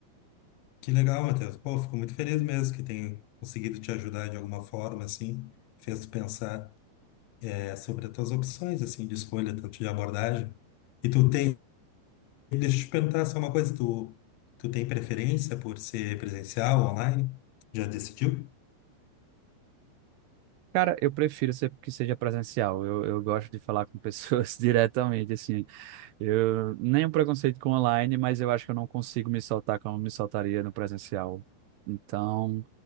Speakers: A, on the left; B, on the right.
A: Que legal, Matheus. Pô, fico muito feliz mesmo que tenha conseguido te ajudar de alguma forma, assim. Fez tu pensar, é, sobre as tuas opções, assim, de escolha, tanto de abordagem. E tu tem, deixa eu te perguntar só uma coisa, tu, tu tem preferência por ser presencial, online? Já decidiu?
B: Cara, eu prefiro ser- que seja presencial. Eu, eu gosto de falar com pessoas <laughs> diretamente, assim. Eu nenhum preconceito com online, mas eu acho que eu não consigo me soltar como me soltaria no presencial. Então,